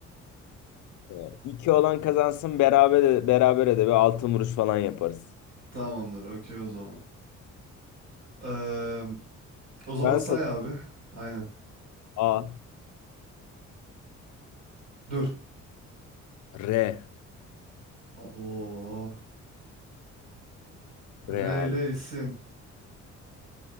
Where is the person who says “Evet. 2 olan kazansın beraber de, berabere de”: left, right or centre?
Left